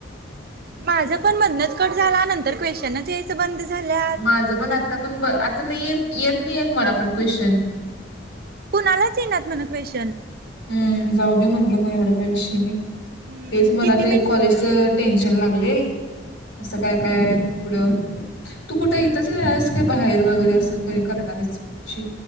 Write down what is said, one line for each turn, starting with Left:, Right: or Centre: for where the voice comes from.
Right: माझं पण मधनच कट झाला नंतर क्वेशनच यायचं बंद झाल्यात.
Left: माझं पण आता पण ब आता नाही य येत नाही येत मला पण क्वेश्चन.
Right: कुणालाच येणार म्हण क्वेशन.
Left: हम्म जाऊ दे म्हंटलं मग एवढ्या काय विषयी नाही.
Right: हम्म
Left: तेच मला
Right: किती
Left: ते
Right: मिनिट
Left: कॉलेजच टेन्शन लागलंय. असं काय काय पुढं तू कुठं
Right: हम्म.
Left: येतच घेणार आहेस काय? बाहेर वगैरे असं काही करणारे <unintelligible>